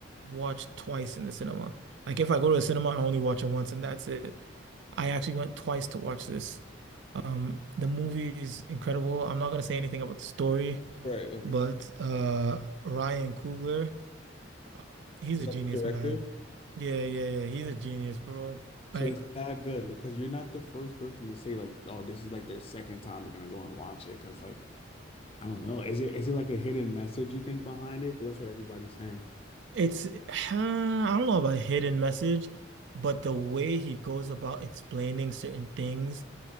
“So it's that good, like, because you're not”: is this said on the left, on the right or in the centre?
Left